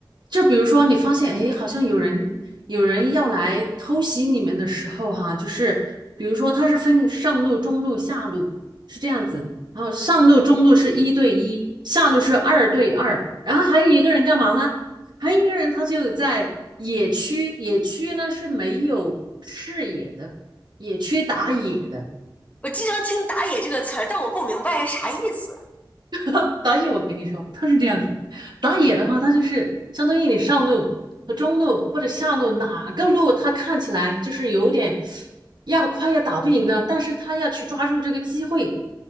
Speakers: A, on the right; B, on the left.
A: 就比如说，你发现哎，好像有人有人要来偷袭你们的时候哈、就是比如说他是分上路、中路、下路是这样子，然后上路、中路是一对一，下路是二对二，然后还有一个人干嘛呢？还有一个人他就在野区，野区呢是没有视野的，野区打野的。
B: 我经常听“打野”这个词儿，但我不明白是啥意思。
A: <laughs> 打野我跟你说，他是这样子，打野的话，他就是相当于你上路和中路或者下路哪个路，他看起来就是有点要快要打不赢的，但是他要去抓住这个机会，